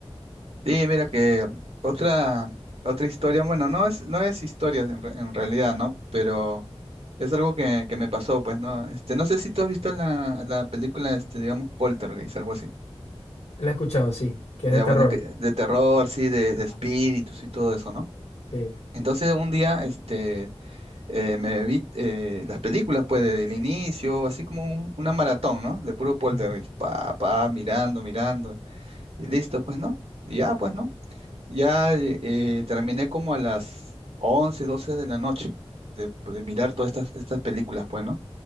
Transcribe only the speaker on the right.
Sí, mira que otra, otra historia, bueno, no es, no es historia en, re- en realidad, ¿no? Pero es algo que, que me pasó, pues, ¿no? Este, no sé si tú has visto la, la película, este, digamos, Poltergeist, algo así.
Ya,
bueno, es que de terror, sí, de, de
espíritus y todo eso, ¿no?
Entonces un día, este, eh, me vi eh, las películas, pues, desde el inicio, así como un- una maratón, ¿no? De puro poltergeist,
pa, pa, mirando, mirando, y listo, pues, ¿no? Y ya, pues, ¿no? Ya eh, eh, terminé como a las 11 12 de la noche de, de mirar todas estas, estas películas, pues, ¿no?